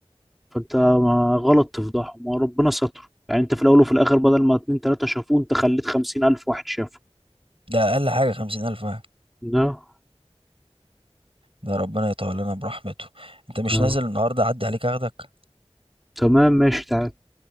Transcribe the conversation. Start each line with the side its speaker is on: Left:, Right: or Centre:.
Centre: فانت ما غلط تفضحهم ما ربنا ستر يعني انت في الاول وفي الاخر بدل ما اتنين تلاتة شافوه انت خليت خمسين الف واحد شافه
Right: ده أقل حاجة خمسين ألف واحد
Centre: لا
Right: ده ربنا يطول لنا برحمته أنت مش
Centre: لا
Right: نازل النهاردة أعدي عليك أخدك
Centre: تمام ماشي تعال